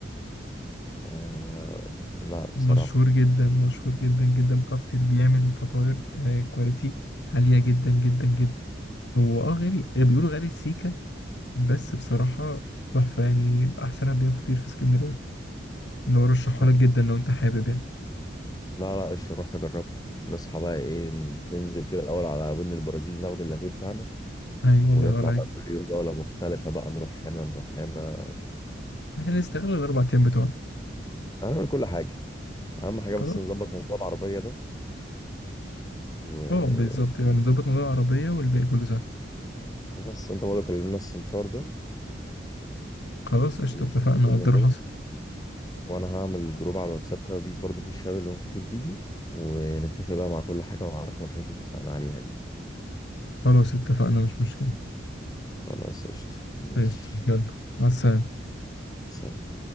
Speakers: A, on the left (about 20°); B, on the left (about 65°).
A: آه... لا بصراحه
B: مشهور جدا مشهور جدا جدا بتاع فطير بيعمل فطاير آه، كواليتي عالية جدا جدا جدا هو اه غالي بيقولوا غالي السيكة بس بصراحة تحفة يعني أحسن بيع فطير في اسكندرية اللي هو رشحهولك
A: طب
B: جدا لو أنت حابب يعني
A: لا لا قشطه نروح نجربه نصحى بقى ايه ننزل كده الاول على ودن البرازيل ناخد اللاتيه بتاعنا
B: ايوه
A: ونطلع
B: الله ينور عليك
A: بقى كل يوم دوله مختلفه بقى نروح هنا نروح هنا
B: احنا نستغل الاربع ايام بتوعنا
A: هنعمل كل حاجه اهم حاجه بس
B: خلاص
A: نظبط موضوع العربيه ده و-
B: اه بالظبط يبقى نظبط موضوع العربية والباقي كله سهل
A: وبس انت برضه كلمنا السمسار ده
B: خلاص قشطة
A: وشوف
B: اتفقنا
A: الدنيا
B: قدر
A: كده
B: حصل
A: وانا هعمل جروب على الواتساب كده دي برضه في الشباب اللي ممكن تيجي ونتفق بقى مع كل حاجة ونعرفهم الحاجات اللي اتفقنا عليها دي
B: خلاص اتفقنا مش مشكلة
A: خلاص قشطة ماشي
B: قشطة يلا مع السلامة
A: سلام